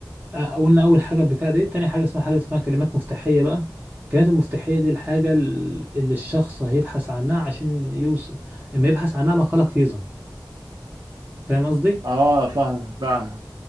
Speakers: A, on the right (about 25°); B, on the right (about 70°).
A: آه، قلنا اول حاجة البتاع دي تاني حاجة اسمها حاجة اسمها كلمات مفتاحية بقى الكلمات المفتاحية دي الحاجة ال- اللي الشخص هيبحث عنها عشان يوصل اما يبحث عنها مقالك يظهر فاهم قصدي
B: اه فاهم فاهم